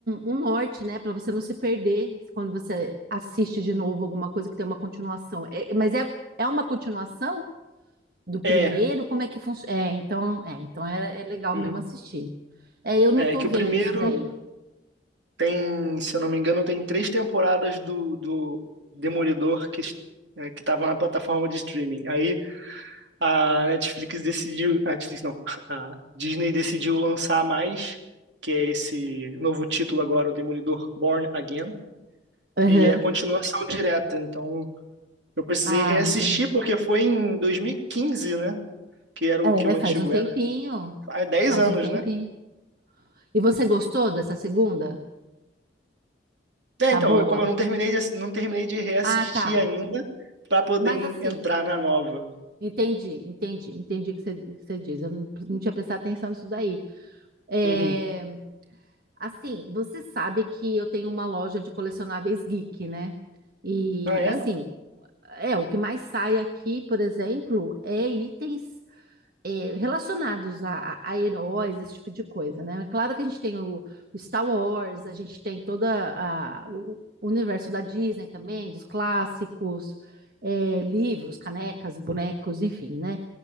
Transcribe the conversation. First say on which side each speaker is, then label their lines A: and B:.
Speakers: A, on the right; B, on the right.
A: um norte, né? Para você não se perder quando você assiste de novo alguma coisa que tem uma continuação. É- mas é, é uma continuação do
B: É,
A: primeiro? Como é que funciona? É, então, é, então é, é legal
B: uhum.
A: mesmo assistir. É, eu não
B: É
A: tô
B: que
A: vendo
B: o primeiro
A: esse daí.
B: tem, se eu não me engano, tem três temporadas do, do Demolidor que, es- é, que estava na plataforma de streaming. Aí A Netflix decidiu, a Netflix não, a Disney decidiu lançar mais, que é esse novo título agora, o Demolidor Born Again,
A: Aham.
B: e é a continuação direta. Então, eu precisei
A: Ah,
B: reassistir
A: entendi.
B: porque foi em 2015, né? Que era
A: É,
B: o que o
A: faz
B: antigo
A: um tempinho.
B: era. Há dez
A: Faz
B: anos,
A: um tempinho.
B: né?
A: E você gostou dessa segunda?
B: É,
A: Tá
B: então,
A: boa?
B: é como eu não terminei de, assi- não terminei de reassistir
A: Ah, tá.
B: ainda para poder
A: Mas
B: en-
A: assim,
B: entrar na nova.
A: entendi, entendi, entendi o que você, o que você diz. Eu não, não tinha prestado atenção nisso daí. É,
B: Uhum.
A: assim, você sabe que eu tenho uma loja de colecionáveis geek, né? E
B: Ah, é?
A: assim, é o que mais sai aqui, por exemplo, é itens é, relacionados a, a- a heróis, esse tipo de coisa, né? É Claro que a gente tem o Star Wars, a gente tem toda a- o o universo da Disney também, dos clássicos, é, livros, canecas, bonecos, enfim, né?